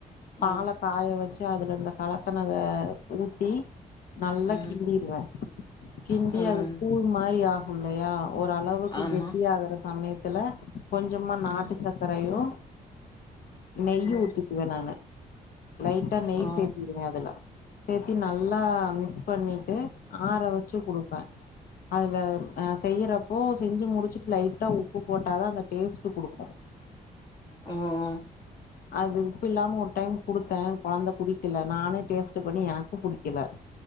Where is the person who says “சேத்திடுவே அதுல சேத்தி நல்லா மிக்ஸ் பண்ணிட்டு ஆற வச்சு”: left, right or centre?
Left